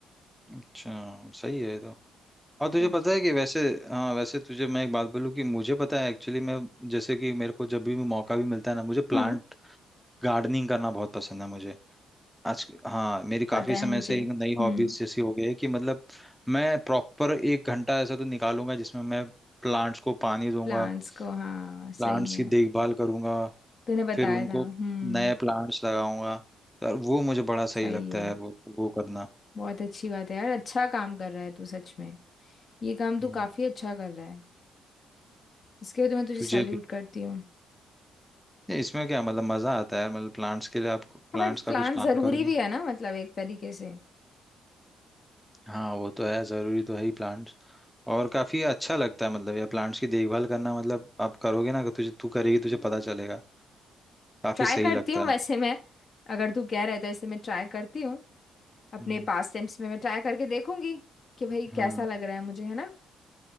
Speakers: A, in the centre; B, on the left (about 45°).
A: अच्छा सही है ये तो और तुझे
B: सच
A: पता है कि वैसे हाँ वैसे तुझे मैं एक बात बोलूँ कि मुझे पता है एक्चुअली मैं जैसे कि मेरे को जब भी मौका भी मिलता है ना मुझे प्लांट
B: हाँ
A: गार्डनिंग करना बहुत पसंद है मुझे आज हाँ मेरी
B: पता
A: काफी
B: है
A: समय
B: मुझे
A: से
B: हम्म
A: एक नई हॉबीज जैसी हो गई है कि मतलब मैं प्रॉपर एक घंटा ऐसा तो निकालूंगा जिसमें मैं प्लांट्स को पानी दूंगा
B: प्लान्स को हाँ सही
A: प्लांट्स
B: में
A: की देखभाल करूंगा
B: तूने बताया
A: फिर उनको
B: था हम्म
A: नए प्लांट्स लगाऊंगा तो यार वो मुझे बड़ा सही
B: सही
A: लगता
B: है
A: है यार वो वो करना
B: बहुत अच्छी बात है यार अच्छा काम कर रहा है तू सच में ये काम तू
A: हम्म,
B: काफी अच्छा कर रहा है इसके लिए तो मैं तुझे
A: तुझे
B: सल्यूट करती हूँ
A: नहीं इसमें क्या मतलब मजा आता है यार मतलब प्लांट्स के लिए आप प्लांट्स
B: हाँ बट
A: का
B: प्लान
A: कुछ
B: जरूरी
A: काम करो
B: भी
A: ना
B: है ना मतलब एक तरीके से
A: हाँ वो तो है जरूरी तो है ही प्लांट्स और काफी अच्छा लगता है मतलब ये प्लांट्स की देखभाल करना मतलब आप करोगे ना तुझे तू करेगी तुझे पता चलेगा काफी
B: ट्राई
A: सही
B: करती
A: लगता
B: हूँ
A: है
B: वैसे मैं अगर तू कह रहा है तो ऐसे मैं ट्राई करती हूँ अपने
A: हम्म
B: पास टाइम्स में मैं ट्राई करके देखूंगी कि भाई
A: हम्म
B: कैसा लग रहा है मुझे है ना